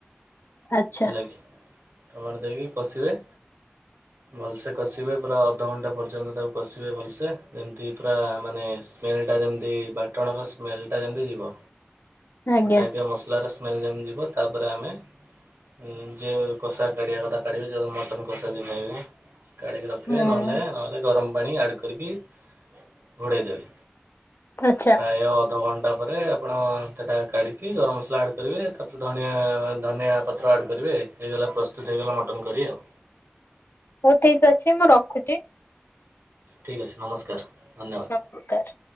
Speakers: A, on the left (about 65°); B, on the right (about 75°).
A: ଆଚ୍ଛା
B: ହେଲା କିି। ଟମାଟ ଦେଇକି କସିବେ। ଭଲସେ କସିବେ ପୁରା ଅଧଘଣ୍ଟା ପର୍ଯ୍ୟନ୍ତ ତାକୁ କସିବେ ଭଲସେ ଯେମିତି ପୁରା ମାନେ ସ୍ମେଲ୍ ଯେମତି ବାଟଣ ବା ସ୍ମେଲ୍ ଟା ଯେମିତି ଯିବ,
A: ଆଜ୍ଞା
B: ବଟା ହେଇଥିବା ମସ ତାର ସ୍ମେଲ ଯେମିତି ଯିବ ତା ପରେ ଆମେ ହୁଁ ଯେ କଷା କାଢ଼ିବା କଥା କାଢ଼ିବେ ଯଦି ମଟନ୍ କଷା ଯିଏ ଖାଇବେ। କାଢ଼ିକି ରଖିବେ
A: ହୁଁ
B: ନହେଲେ ନହେଲେ ଗରମ ପାଣି ଆଡ଼୍ କରିକି ଘୋଡେଇ ଦେବେ।
A: ଆଚ୍ଛା
B: ପ୍ରାୟ ଅଧଘଣ୍ଟା ପରେ ଆପଣ ସେଟା କାଢିକି ଗରମ ମସଲା ଆଡ୍ କରିବେ, ତାପ ଧଣିଆ ଧନିଆ ପତ୍ର ଆଡ଼୍ କରିବେ ହେଇଗଲା ପ୍ରସ୍ତୁତ ହେଇଗଲା ମଟନ୍ କରି ଆଉ।
A: ହଉ ଠିକ୍ ଅଛି ମୁଁ ରଖୁଛି।
B: ଠିକ୍ ଅଛି ନମସ୍କାର, ଧନ୍ୟବାଦ।
A: ନମସ୍କାର।